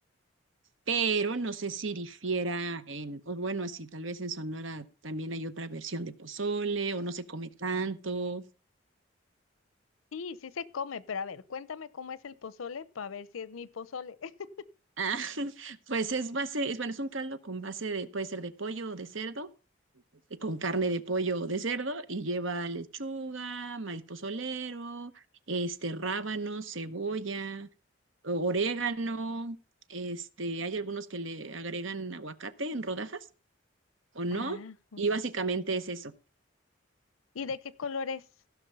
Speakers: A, on the right; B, on the left.
A: pero no sé si difiera en, o bueno, así tal vez en Sonora también hay otra versión de pozole o no se come tanto.
B: Sí, sí se come, pero a ver, cuéntame cómo es el pozole para ver si es mi pozole. <laughs>
A: Ah, <laughs> pues es base, es bueno, es un caldo con base de, puede ser de pollo o de cerdo, eh, con carne de pollo o de cerdo y lleva lechuga, maíz pozolero, este rábano, cebolla, o- orégano, este, hay algunos que le agregan aguacate en rodajas o no,
B: Ah,
A: y básicamente es eso.
B: ¿y de qué color es